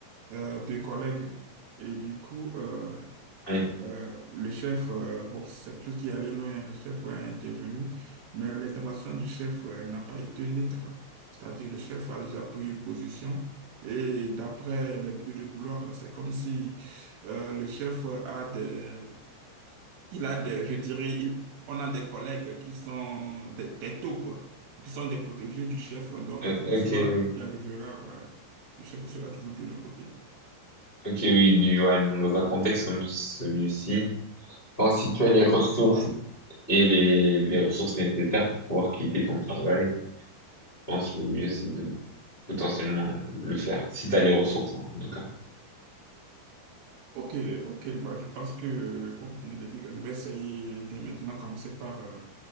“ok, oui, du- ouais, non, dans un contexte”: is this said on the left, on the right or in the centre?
Left